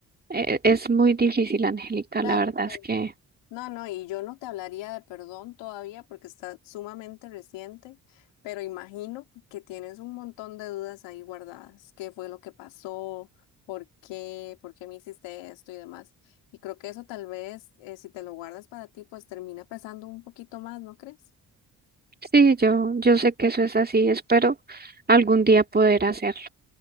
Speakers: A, on the right; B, on the left.
A: eh, es muy difícil, Angélica,
B: claro
A: la verdad
B: claro.
A: es que
B: No, no, y yo no te hablaría de perdón todavía porque está sumamente reciente, pero imagino que tienes un montón de dudas ahí guardadas. ¿Qué fue lo que pasó? ¿Por qué? ¿Por qué me hiciste esto y demás? Y creo que eso tal vez, eh, si te lo guardas para ti, pues termina pesando un poquito más, ¿no crees?
A: sí, yo, yo sé que eso es así, espero algún día poder hacerlo.